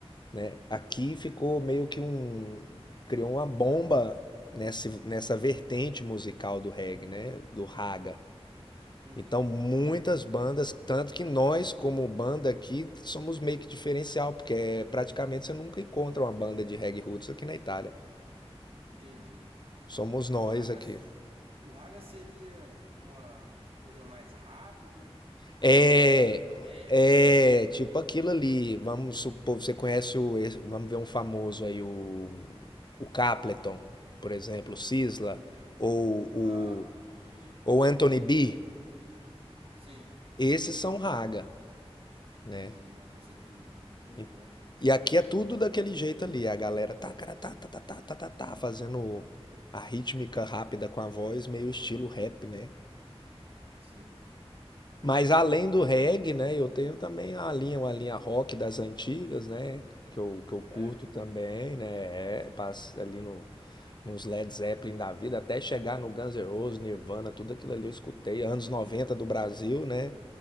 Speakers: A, on the left; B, on the right.
A: né? Aqui ficou meio que um, criou uma bomba nessa, nessa vertente musical do reggae, né? Do raga.
B: Uhum,
A: Então, muitas bandas, tanto que nós, como banda aqui, somos meio que diferencial, porque é, praticamente você nunca encontra uma banda de reggae roots aqui na Itália.
B: entendi.
A: Somos
B: O
A: nós
B: Ragas,
A: aqui.
B: o Ragas seria uma coisa mais rápida,
A: É,
B: mais misturada com rap,
A: é
B: né?
A: tipo aquilo ali. Vamos supor, você conhece o, esse- vamos ver um famoso aí, o, o Capleton, por exemplo, o Sisla, ou o
B: Aham.
A: ou Anthony B.
B: Sim, sim.
A: Esses são raga,
B: Entendi.
A: né?
B: Não, com certeza. Muito
A: E,
B: bom.
A: e aqui é tudo daquele jeito ali. A galera tá, cara, tá, tá, tá, tá, tá, tá, tá, fazendo a rítmica rápida com a voz, meio estilo rap, né?
B: Sim.
A: Mas além do reggae, né, eu tenho também a linha, uma linha rock das antigas, né, que eu, que eu curto
B: É.
A: também, né, é, passa ali no, nos Led Zeppelin da vida, até chegar no Guns N' Roses, Nirvana, tudo aquilo ali eu escutei, anos 90 do Brasil, né,